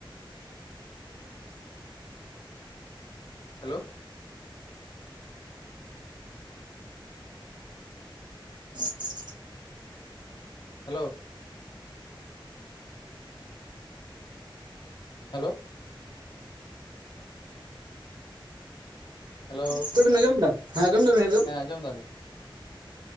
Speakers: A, on the left; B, on the right.
A: hello
B: <unintelligible>
A: hello hello hello
B: ᱦᱤᱛᱚᱜ ᱵᱤᱱ ᱟᱸᱡᱚᱢ ᱮᱫᱟ᱾ ᱦᱮᱸ ᱟᱸᱡᱚᱢ ᱮᱫᱟ ᱵᱤᱱ
A: ᱦᱮᱸ ᱟᱸᱡᱚᱢ ᱮᱫᱟᱞᱤᱧ